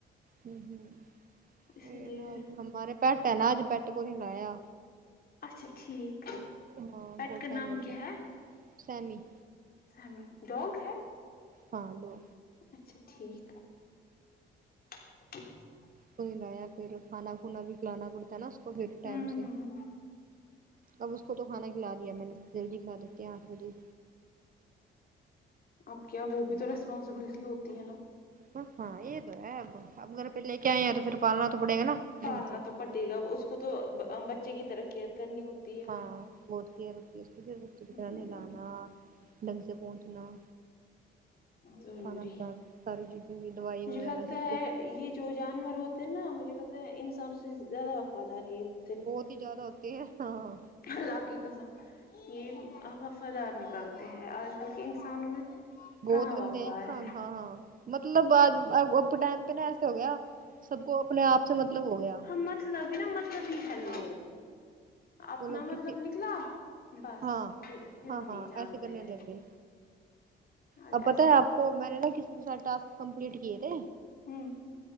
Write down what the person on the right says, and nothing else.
ہ ہ
یہ
نہ
ہمارے پیٹ ہے نا اج پیٹ کو نہیں لایا
ہاں
بہت
ٹائم
لگ
جاتا
سیمی
ہاں لو
کو لایا پھر کانا پھونا بھی کلانا ک تھا نا اس کو پھر ٹائم
سے
اب اس کو تو کھانا کھلا دیا میں نے دل ج ب لیتے ہیں آٹھ بجے
ہ ہاں یہ تو ہے ا اب گھر پہ لے کے آئےیں ہیں تو پھر پالنا تو پڑے گا نا ڈھنگ
سے
ہاں
بہت کیئر بتی ہے اس کی پھر بچے کی
طرح نہلانا ڈھنگ سے پہنچنا
کھانا کان ساری چیزوں کی دوائی
وغیرہ
سب
کچھ
بہت ہی زیادہ ہوتے ہیں ہاںاں
بہت
گند
ہیں انسان
ہاں ہاں مطلب آج اب ٹائم پہ نا ایسے ہو گیا سب کو اپنے آپ سے مطلب ہو گیا
ہاں
وہ لوگ کسی
ہاں
ہاں
ہاں
ایسے کرنے
لگے
اب پتہ
ہے آپ کو میں نے نا کتنے ک سار ٹسک کمپلیٹ کیے تھے